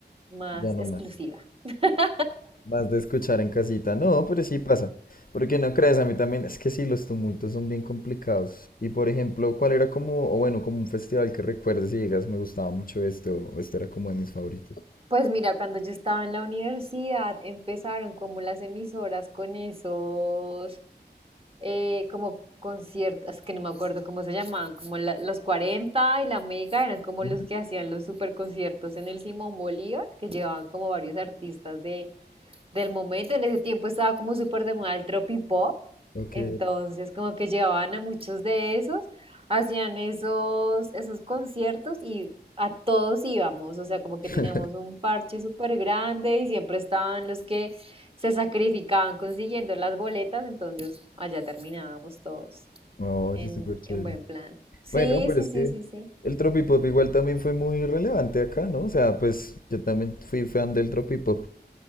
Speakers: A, on the right (about 30°); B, on the left (about 50°).
A: más
B: ya no
A: exclusiva.
B: más.
A: <laughs>
B: Más de escuchar en casita. No, pero sí pasa. Porque no crees, a mí también. Es que sí, los tumultos son bien complicados. Y por ejemplo, ¿cuál era como, o bueno, como un festival que recuerdes y digas, me gustaba mucho este, o este era como de mis favoritos?
A: Pues mira, cuando yo estaba en la universidad empezaron como las emisoras con esos, eh, como conciertos, es que no me acuerdo cómo se llamaban, como la- los Cuarenta y la Mega, eran como
B: Ujú.
A: los que hacían los super conciertos en el Simón Bolívar, que llevaban como varios artistas de, del momento. En ese tiempo estaba como súper de moda el tropipop,
B: Ok.
A: entonces como que llevaban a muchos de esos, hacían esos, esos conciertos y a todos íbamos, o sea, como
B: <laughs>
A: que teníamos un parche súper grande y siempre estaban los que se sacrificaban consiguiendo las boletas, entonces allá terminábamos todos
B: Oye,
A: en,
B: súper chévere.
A: en buen plan. Sí,
B: Bueno, pero
A: sí,
B: es
A: sí,
B: que
A: sí, sí.
B: el tropipop igual también fue muy relevante acá, ¿no? O sea, pues yo también fui fan del tropipop.